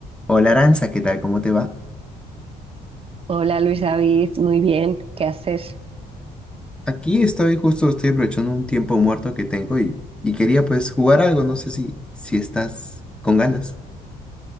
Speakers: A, in the centre; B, on the right.
A: Hola Aranza, ¿qué tal? ¿Cómo te va?
B: Hola Luis David, muy bien, ¿qué haces?
A: Aquí estoy justo, estoy aprovechando un tiempo muerto que tengo y, y quería pues jugar algo, no sé si, si estás con ganas.